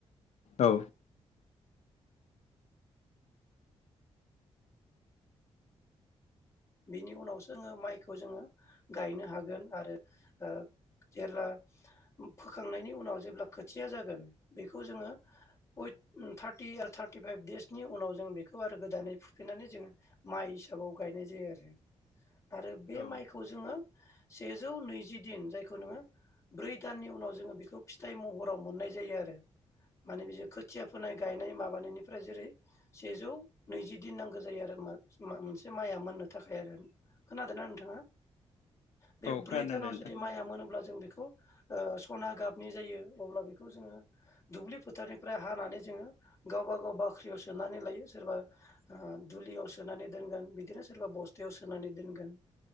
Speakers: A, on the left; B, on the left.
A: औ।
B: बिनि उनावसो जोङो माइखौ जोङो गायनो हागोन आरो ओ जेब्ला फोखांनायनि उनाव जेब्ला खोथिया जागोन बेखौ जोङो <unintelligible> थारटि आरो थारटिफाइभ देसनि उनाव जों बेखौ आरो गोदानै फुफिनानै जोङो माइ हिसाबाव गायनाय जायो आरो आरो बे
A: औ
B: माइखौ जोङो सेजौ नैजि दिन जायखौ नोङो ब्रै दाननि उनाव जोङो बिखौ फिथाइ महराव मोननाय जायो आरो माने बियो खो थिया फोनाय गायनाय
A: औ
B: माबानायनिफ्राय जेरै सेजौ नैजि दिन नांगौ जायो आरो मोनसे माइया मोननो थाखाय आरो खोनादोंना नोंथाङा बे
A: औ
B: ब्रै
A: खोनादों
B: दानाव
A: दे नोंथां
B: जुदि माइया मोनोब्ला जों बेखौ ओ सना गाबनि जायो अब्ला बिखौ जोङो दुब्लि फोथारनिफ्राय हानानै जोङो गावबा-गाव बाख्रियाव सोनानै लायो सोरबा ओ दुलियाव सोनानै दोनगोन बिदिनो सोरबा बस थायाव सोनानै दोनगोन